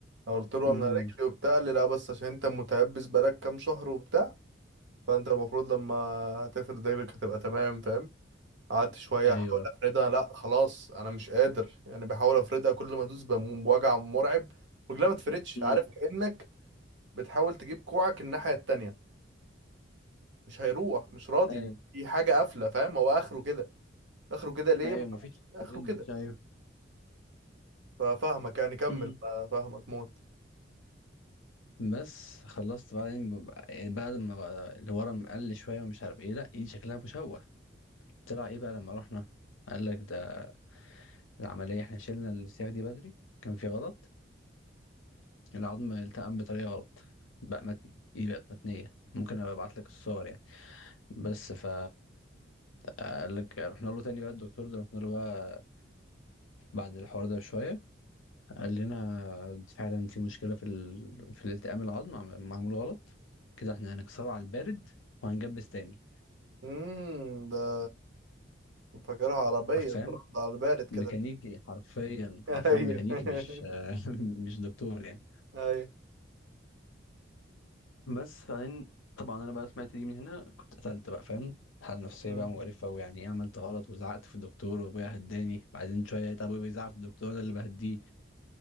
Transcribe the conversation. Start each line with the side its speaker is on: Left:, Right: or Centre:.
Right: أنا قلت له
Left: إيه
Right: انا رجلي وبتاع قال لي لا بس عشان انت متيبس بقالك كام شهر وبتاع فانت المفروض لما هتفرد رجلك هتبقى تمام فاهم قعدت شويه
Left: ايوه
Right: احاول افردها لا خلاص انا مش قادر يعني بحاول افردها كل ما ادوس بموم بوجع مرعب رجلها ما تفردش
Left: امم
Right: عارف كانك بتحاول تجيب كوعك الناحيه التانية مش هيروح مش راضي
Left: ايوه
Right: في حاجه قافله فاهم هو اخره كده اخره كده ليه
Left: ايوه
Right: ما
Left: مفيش
Right: اعرفش اخره
Left: رينج
Right: كده
Left: ايوه
Right: ففاهمك يعني كمل
Left: امم
Right: فاهمك موت
Left: بس خلصت بعدين ببقى- يعني بعد ما بقى اللي ورا مقل شويه ومش عارف ايه لا ايدي شكلها مشوه طلع ايه بقى لما رحنا قال لك ده العمليه احنا شلنا السياخ دي بدري كان في غلط العظم التئم بطريقه غلط بقى متني ايدي بقت متنيه ممكن ابقى ابعت لك الصور يعني بس ف قال لك رحنا له تاني بقى الدكتور ده رحنا له بقى بعد الحوار ده بشويه قال لنا فعلا في مشكلة في ال... في الالتئام العظم عم- معمول غلط كده احنا هنكسره على البارد وهنجبس تاني
Right: امم ده فاكرها عربيه
Left: حرفيا
Right: ترد على البارد كده
Left: ميكانيكي حرفيا حرفيا
Right: <laughs> ايوه
Left: ميكانيكي
Right: <laughs>
Left: مش <laughs> مش دكتور يعني
Right: ايوه
Left: بس فبعدين طبعا انا بقى سمعت دي من هنا كنت قتلت بقى فاهم حالة نفسية
Right: أمم،
Left: بقى مقرفة ويعني ايه عملت غلط وزعقت في الدكتور وابويا هداني بعدين شوية لقيت ابويا بيزعق في الدكتور انا اللي بهديه